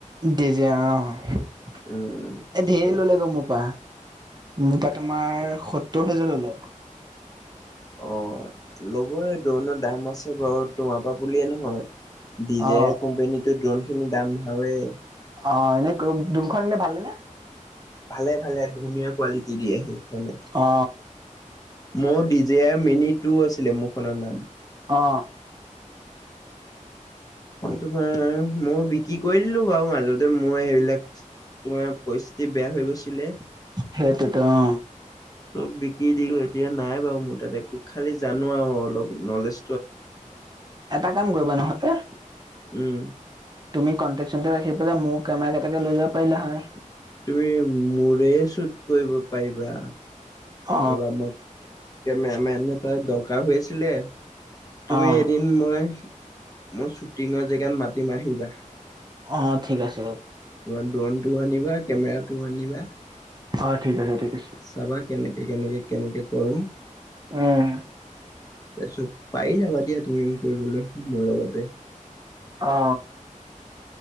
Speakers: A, on the right; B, on the left.
A: ডিজেয়াৰ অ,
B: উম
A: এ
B: ঠিকে
A: ধেৰ ল'লে
B: আছে
A: গে মোৰ পৰা। মোৰ পৰা তোমাৰ সত্তৰ হাজাৰ ল'লে।
B: অ, লবই ড্ৰণৰ দাম আছে বাৰু, তোমাৰ পৰা বুলিয়ে নহয়। ডিজেয়াৰ
A: অ
B: কোম্পানীতো ড্ৰণ খিনি দাম ভাৱেই।
A: অ, এনে ড্ৰণখন এনে ভাল নে।
B: ভালে-ভালে ধুনীয়া কোৱালিটি দি আহি মানে।
A: অ।
B: মোৰ ডিজেয়াৰ মিনি টু আছিলে মোৰখনৰ নাম।
A: অ।
B: তোমাৰ মইয়ো বিক্ৰী কৰি দিলোঁ বাৰু মাজতে মই সেইবিলাক তোমাৰ পৰিস্থিতি বেয়া হৈ গৈছিলে।
A: সেইটোতো অ।
B: চব বিকি দিলোঁ। এতিয়া নাই বাৰু মোৰ তাত একো খালি জানো আৰু অলপ নলেজ।
A: এটা কাম কৰিবা নহ'লে
B: উম
A: তুমি কনটেক্-চনটেক্ ৰাখি পেলাই, মোৰ কেমেৰা কেইটাকে লৈ যাব পাৰিলা হয়।
B: তুমি মোৰে চুট কৰিব পাৰিবা।
A: অ।
B: ৰবা মই কেমেৰামেন এটা দৰকাৰ হৈ আছিলে। তুমি
A: অ',
B: এদিন মই মোৰ শ্বুটিঙৰ জেগাত মাতিম আহিবা।
A: অ, ঠিক আছে।
B: তোমাৰ ড্ৰোনটো আনিবা, কেমেৰাটো আনিবা।
A: অ', ঠিক আছে ঠিক আছে
B: চাবা কেনেকে, কেনেকে, কেনেকে কৰোঁ। তাৰপিছত
A: উম,
B: পাৰি যাবা দিয়া তুমিও কৰিবলৈ মোৰ লগতে।
A: অ।